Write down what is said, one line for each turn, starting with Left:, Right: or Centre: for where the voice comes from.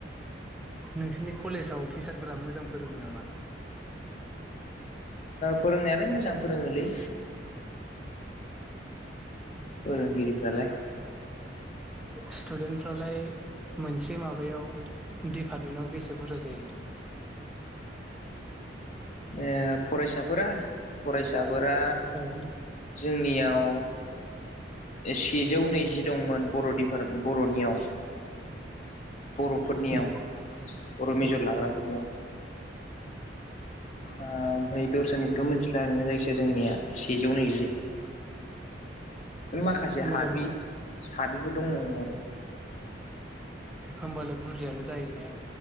Centre: नोंसोरनि कलेजाव टिचारफोरा मोजां फोरोङो नामा।
Left: फोरोंनायालाय मोजां फोरोङोलै। फोरोंगिरिफ्रालाय।
Centre: स्टुडेन्टफ्रालाय मोनसे माबायाव डपार्टमेन्टाव बेसे बुरजा जायो।
Left: ए फरायसाफोरा फरायसा। नफोरा
Centre: औ
Left: जोंनियाव। सेजौ नैजि। दंमोन बर फोर बरनियाव। बरफोरनियाव
Centre: ए
Left: बर मेजर
Centre: ए
Left: लाग्राफोरनियाव। आ ओमफ्राय। दस्रानिखौथ मिथिला नोंङो जायखि जाया जोंनिया। सेजौ नैजि। माखासे
Centre: होमबालाय
Left: हाबै हाबैफोर दङ आरो।
Centre: होमबालाय बुरजायानो जायो ने।